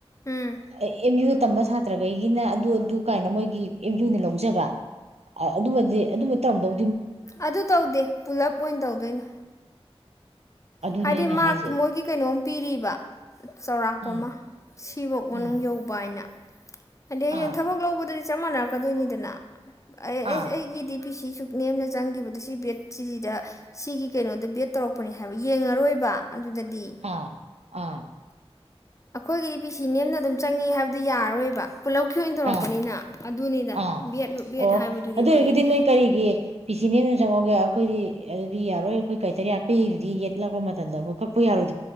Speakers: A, on the left; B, on the right.
A: ꯎꯝ
B: ꯑ ꯑꯦꯝ ꯌꯨ ꯇꯝꯕ ꯁꯥꯇ꯭ꯔꯈꯩꯒꯤꯅ ꯑꯗꯨ ꯑꯗꯨ ꯀꯥꯏꯅ ꯃꯣꯏꯒꯤ ꯑꯦꯝ ꯌꯨꯅ ꯂꯧꯖꯕ ꯑꯗꯨꯃꯗꯤ ꯑꯗꯨꯕ ꯇꯧꯔꯝꯗꯧ
A: ꯑꯗꯨ ꯇꯧꯗꯦ ꯄꯨꯂꯞ ꯑꯣꯏꯅ ꯇꯧꯗꯣꯏꯅꯣ
B: ꯑꯗꯨꯅꯦ
A: ꯍꯥꯏꯗꯤ
B: ꯑꯩꯅ
A: ꯃꯥꯛꯀꯤ
B: ꯍꯥꯏꯁꯦ
A: ꯃꯣꯏꯒꯤ ꯀꯩꯅꯣꯝ ꯄꯤꯔꯤꯕ ꯆꯥꯎꯔꯥꯛꯄ
B: ꯎꯝ
A: ꯑꯃ ꯁꯤꯐꯧ ꯃꯅꯨꯡ
B: ꯎꯝ
A: ꯌꯧꯕ ꯍꯥꯏꯅ ꯑꯗꯩ ꯍꯌꯦꯡ
B: ꯑꯥ
A: ꯊꯕꯛ ꯂꯧꯕꯗꯗꯤ ꯆꯞ ꯃꯥꯟꯅꯔꯛꯀꯗꯣꯏꯅꯤꯗꯅ ꯑꯦ ꯑꯦ
B: ꯑꯥ
A: ꯑꯩ ꯑꯩꯒꯤꯗꯤ ꯄꯤ ꯁꯤ ꯁꯨꯛ ꯅꯦꯝꯅ ꯆꯪꯈꯤꯕꯗꯨ ꯁꯤ ꯕꯦꯠ ꯁꯤꯁꯤꯗ ꯁꯤꯒꯤ ꯀꯩꯅꯣꯗ ꯕꯦꯠ ꯇꯧꯔꯛꯄꯅꯤ ꯍꯥꯏꯕ ꯌꯦꯡꯉꯔꯣꯏꯕ ꯑꯗꯨꯗꯗꯤ
B: ꯑꯥ ꯑꯥ
A: ꯑꯈꯣꯏꯒꯤꯗꯤ ꯄꯤ ꯁꯤ ꯅꯦꯝꯅ ꯑꯗꯨꯝ ꯆꯪꯉꯦ ꯍꯥꯏꯕꯗ ꯌꯥꯔꯔꯣꯏꯕ ꯄꯨꯂꯞꯀꯤ ꯑꯣꯏꯅ ꯇꯧꯔꯛꯄꯅꯤꯅ
B: ꯑꯥ
A: ꯑꯗꯨꯅꯤꯗ
B: ꯑꯥ
A: ꯕꯦꯠ ꯕꯦꯠ
B: ꯑꯣ
A: ꯍꯥꯏꯕꯗꯨꯒꯤ
B: ꯑꯗꯨ
A: ꯋꯥꯔꯤꯅꯤ
B: ꯑꯣꯏꯔꯒꯗꯤ ꯅꫭꯏ ꯀꯔꯤꯒꯤ ꯄꯤꯁꯤ ꯅꯦꯝꯅ ꯆꯪꯉꯒꯦ ꯑꯈꯣꯏꯗꯤ ꯑꯗꯨꯗꯤ ꯌꯥꯔꯣꯏ ꯑꯩꯈꯣꯏ ꯀꯥꯏꯇꯔꯤꯌꯥ ꯄꯤꯔꯤꯗꯨꯗꯤ ꯌꯦꯠꯂꯛꯄ ꯃꯇꯝꯗ ꯃꯣꯏ ꯀꯛꯄ ꯌꯥꯔꯣꯏ